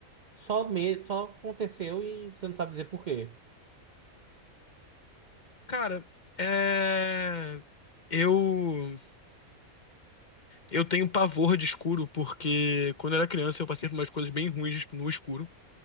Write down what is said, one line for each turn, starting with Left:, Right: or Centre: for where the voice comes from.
Right: só, me... só aconteceu e você não sabe dizer por quê?
Left: Cara, é. Eu, eu tenho pavor de escuro porque quando eu era criança eu passei por umas coisas bem ruins tipo, no escuro.